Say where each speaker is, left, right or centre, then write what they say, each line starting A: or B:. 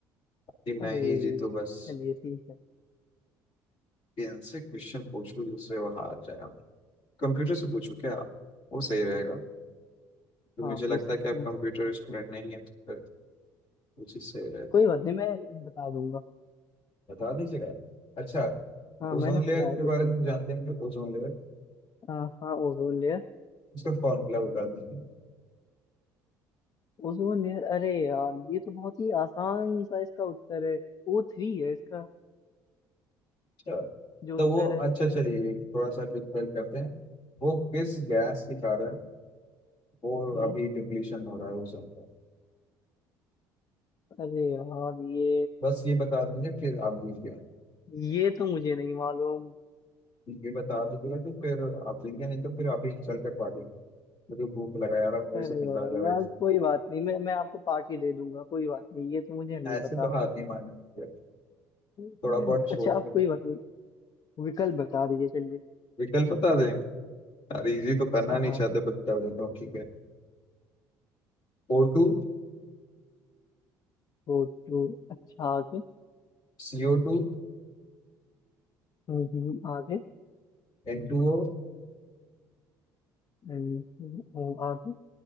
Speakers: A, on the left; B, on the left.
A: कि मैं
B: अरे
A: ही जीतू बस
B: चलिए ठीक है
A: कि इनसे क्वेश्चन पूछूं जिससे वो हार जाए आप कंप्यूटर से पूछो क्या आप वो सही रहेगा तो
B: हाँ
A: मुझे
B: पूछ
A: लगता
B: सकते
A: है कि आप
B: हैं
A: कंप्यूटर स्टूडेंट नहीं है तो फिर वो चीज़ सही रहेगा
B: कोई बात नहीं मैं बता दूंगा
A: बता दीजिएगा अच्छा
B: हाँ मैंने
A: ओजोन लेयर
B: पढ़ा है
A: के
B: कुछ
A: बारे
B: कंप्यूटर
A: में तो जानते हैं तो ओजोन लेयर
B: हाँ हाँ ओजोन लेयर
A: उसका फॉर्मूला बता दीजिए
B: ओजोन लेयर अरे यार ये तो बहुत ही आसान सा इसका उत्तर है ओ थ्री है इसका
A: अच्छा
B: जो
A: तो
B: उत्तर
A: वो
B: है
A: अच्छा चलिए थोड़ा सा डिफरेंट करते हैं वो किस गैस के कारण वो
B: हम्म,
A: अभी डिप्लीशन हो रहा है ओजोन का
B: अरे यार ये
A: बस ये बता दीजिए फिर आप जीत गया
B: ये तो मुझे नहीं मालूम
A: ये बता दीजिएगा तो फिर आप जीत गया नहीं तो फिर आप ही चल कर पा गए मुझे भूख लगा यार अब
B: अरे
A: ऐसा नहीं
B: यार
A: खा जा रहा
B: यार,
A: है
B: कोई बात नहीं मैं मैं आपको पार्टी दे दूंगा कोई बात नहीं ये तो मुझे नहीं
A: ऐसे
B: पता
A: तो हाथ नहीं मारना चाहिए।
B: अच्छा
A: थोड़ा बहुत सोच
B: आप
A: लेते
B: कोई बात नहीं विकल्प बता दीजिए चलिए
A: विकल्प बता दें यार इजी तो करना
B: हाँ
A: नहीं चाहते पर कर देता हूँ ठीक है O two
B: फोटो अच्छा आगे
A: C O two
B: हम्म हम्म, आगे
A: N two O
B: हम्म, हम्म, आगे